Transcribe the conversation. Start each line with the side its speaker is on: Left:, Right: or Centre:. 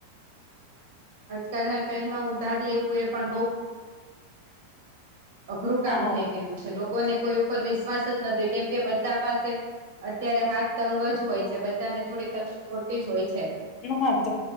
Right: આજકાલના ટાઈમમાં ઉધાર લેવું એ પણ બઉ અઘરું કામ
Left: હા
Right: થઈ ગયું છે, લોકોને કોઈ ઉપર વિશ્વાસ જ નથી કેમ કે બધા પાસે અત્યારે હાથ તંગ જ હોય છે, બધાને થોડી તકલીફ હોતી જ હોય છે.
Left: હ તો